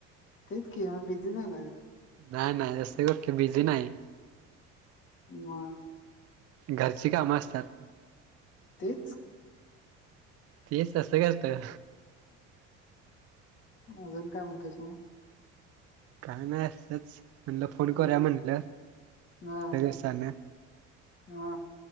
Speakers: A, on the left (about 40°); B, on the right (about 55°).
A: तेच कि बिझी झाला
B: नाही नाही रस करते बिजी नाही
A: म
B: घरची कामं असतात
A: तेच
B: तेच अससं करतं
A: अजून काय म्हणतेस मग
B: काय नाही असंच म्हणलं फोन
A: हम्म
B: करूया म्हणलं
A: हा
B: दिवसान
A: हा